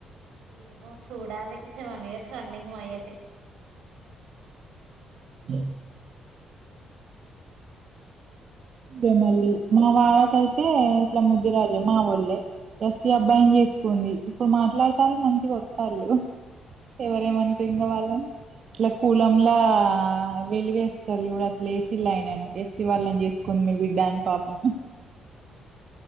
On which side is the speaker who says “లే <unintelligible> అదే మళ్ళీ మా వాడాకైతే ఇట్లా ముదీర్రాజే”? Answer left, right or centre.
Right